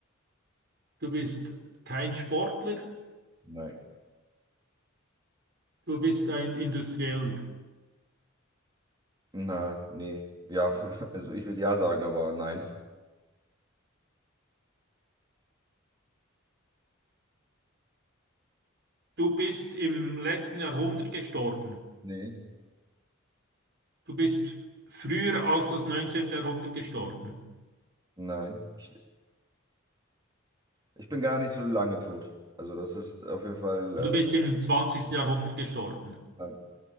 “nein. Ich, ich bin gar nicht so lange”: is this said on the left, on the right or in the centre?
Right